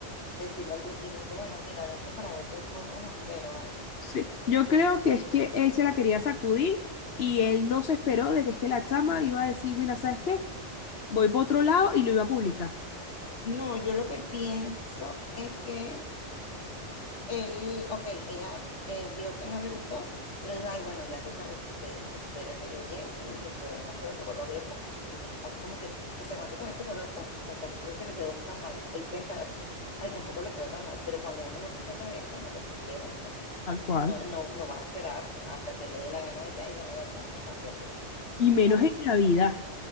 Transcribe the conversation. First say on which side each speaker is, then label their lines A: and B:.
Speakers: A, on the left; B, on the left.
A: Decirle al día siguiente, bueno, mira, vente para ver qué podemos hacer o algo.
B: Sí. Yo creo que es que él se la quería sacudir y él no se esperó de que es que la chama iba a decir, mira, ¿sabes qué? voy por otro lado y lo iba a publicar,
A: No, yo lo que pienso es que Él, ok, ella eh, vio que no le gustó, pero dijo, ay, bueno, ya que Carrizo, que se espera que yo llegue y después vemos qué otro color le pongo. Y ya, así como que, que se aguante con ese color, pues o sea, tampoco es que le quedó tan mal, él pensar así, ay, tampoco le quedó tan mal, pero cuando uno no se siente bien con lo que te hicieron, ¿no?
B: tal cual.
A: No, no, no vas a esperar hasta que le dé la gana de que, ay, bueno, ven, vamos a cambiarte.
B: Y menos
A: ¿sabes?
B: en Navidad.